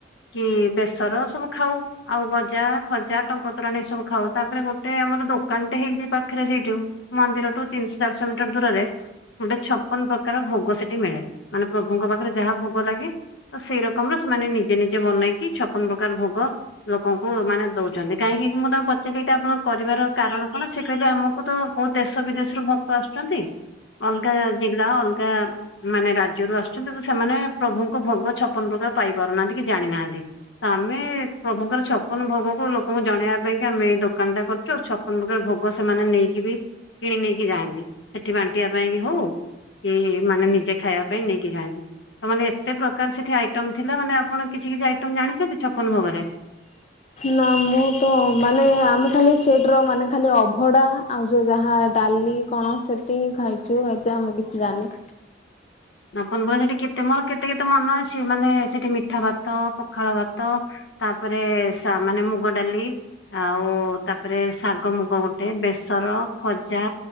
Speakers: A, on the left; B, on the left.
A: କି ବେସର ସବୁ ଖାଉ ଆଉ ଗଜା, ଖଜା, ଟଙ୍କତୋରାଣୀ ସବୁ ଖାଉ। ତାପରେ ଗୋଟେ ଆମର ଦୋକାନଟେ ହେଇଚି ପାଖରେ ସେଇଠୁ ମନ୍ଦିରଠୁ ତିନିଶ ଚାରିଶହ ମିଟର ଦୂରରେ ଗୋଟେ ଛପନ ପ୍ରକାର ଭୋଗ ସେଠି ମିଳେ ମାନେ ପ୍ରଭୁଙ୍କ ପାଖରେ ଯାହା ଭୋଗ ଲାଗେ ସେଇ ରକମ୍ ରେ ସେମାନେ ନିଜେ-ନିଜେ ବନେଇକି ଛପନ ପ୍ରକାର ଭୋଗ ଲୋକଙ୍କୁ ମାନେ ଦଉଚନ୍ତି କାହିଁକି ମୁଁ <unintelligible> <unintelligible> ଏଇଟା ଆପଣ କରିବାର କାରଣ କଣ ସେ କହିଲେ ଆମକୁ ତ ବହୁତ୍ ଦେଶ ବିଦେଶରୁ ଭକ୍ତ ଆସୁଛନ୍ତି। ଅଲଗା ଜିଲ୍ଲା ଅଲଗା ମାନେ ରାଜ୍ୟରୁ ଆସୁଛନ୍ତି ତ ସେମାନେ ପ୍ରଭୁଙ୍କୁ ଭୋଗ ଛପନ ପ୍ରକାର ପାଇ ପାରୁନାହାନ୍ତି କି ଜାଣିନାହାନ୍ତି। ତମେ ପ୍ରଭୁଙ୍କର ଛପନ ଭୋଗକୁ ଲୋକଙ୍କୁ ଜଣେଇବା ପାଇଁ ଆମେ ଏଇ ଦୋକାନ ଟା କରଚୁ ଆଉ ଛପନ ପ୍ରକାର ଭୋଗ ସେମାନେ ନେଇକି ବି କିଣି ନେଇକି ଯାଆନ୍ତି ସେଠି ବାଣ୍ଟିବା ପାଇଁ କି ହଉ କି ମାନେ ନିଜେ ଖାଇବା ପାଇଁ ନେଇକି ଯାଆନ୍ତି। ତ ମାନେ ଏତେ ପ୍ରକାର ସେଠି ଆଇଟମ୍ ଥିଲା ମାନେ ଆପଣ କିଛି-କିଛି ଆଇଟମ୍ ଜାଣିଚନ୍ତି ଛପନ ଭୋଗରେ?
B: ନା ମୁଁ ତ ମାନେ ଆମେ ଖାଲି <unintelligible> ମାନେ ଖାଲି ଅଭଢା ଆଉ ଯେଉଁ ଯାହା ଡାଲି କଣ ସେତି ହିଁ ଖାଇଚୁ ଏତ ଆ ମୁଁ କିଛି ଜାନି।
A: <unintelligible> ସେଠି କେତେ ମୋର କେତେ-କେତେ ମନ ଅଛି ମାନେ ସେଠି ମିଠା ଭାତ ପଖାଳ ଭାତ ତାପରେ <unintelligible> ମୁଗ ଡାଲି ଆଉ ତାପରେ ସା ଗ ମୁଗ ଗୋଟେ ବେସର ଖଜା,